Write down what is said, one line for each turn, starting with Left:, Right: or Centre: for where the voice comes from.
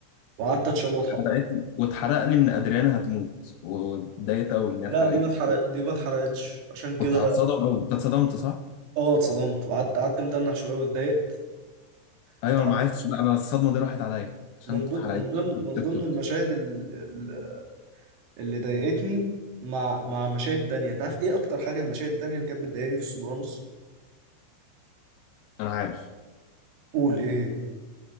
Right: وقعدت اتشال واتحط
Left: اتحرقت لي واتحرق لي ان ادريانا هتموت واتضايقت قوي ان هي
Right: لا
Left: اتحرقت
Right: دي ما اتحرق
Left: لي
Right: دي ما اتحرقتش عشان
Left: كنت
Right: كده
Left: هتصدم قوي انت اتصدمت صح؟
Right: اه اتصدمت وقعدت قعدت متنح شويه واتضايقت
Left: ايوه
Right: انت عارف
Left: انا ما عرفتش بقى انا الصدمه دي راحت عليا عشان
Right: من
Left: اتحرقت
Right: ضمن من ضمن
Left: لي من التيك
Right: من ضمن
Left: توك
Right: المشاهد ال- اللي ضايقتني مع مع مشاهد تانية انت عارف ايه اكتر حاجه المشاهد التانية اللي كانت بتضايقني في السوبرانوس
Left: انا عارف
Right: قول ايه هي؟